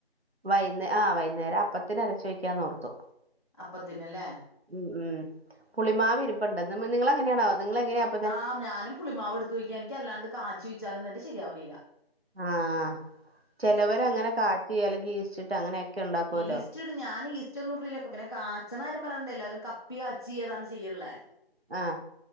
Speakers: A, on the right; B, on the left.
A: വൈകുന്നേരം ആ വൈകുന്നേരം അപ്പത്തിന് അരച്ച് വെക്കാമെന്ന് ഓർത്തു
B: അപ്പത്തിന്നില്ലേ
A: ഉം പുളിമാവ് ഇരിപ്പോണ്ട് നിങ്ങളെങ്ങനെണാവോ നിങ്ങള് എങ്ങനെ അപ്പ -
B: ആഹ് ഞാനും പുളിമാവ് എടുത്തു വയ്ക്കും എ നിക്ക് അല്ലാണ്ട് കാച്ചി വച്ചാലും എന്റെ ശരിയാവ്നില്ല
A: ആഹ് ചെലവര് ഇങ്ങനെ കാച്ചി അല്ലെങ്കി ഈസ്റ്റ് ഇട്ട് അങ്ങനെയൊക്കെ ഇണ്ടാക്കൊല്ലോ
B: ഈസ്റ്റ് ഞാൻ ഈസ്റ്റ് ഒന്നും ഇടൂല പിന്നെ കാച്ചണ കാര്യം പറയണല്ലൊ എല്ലാരും കപ്പി കാച്ചിഏതാണ്ട് ചെയ്യ്ണില്ലേ
A: ആഹ്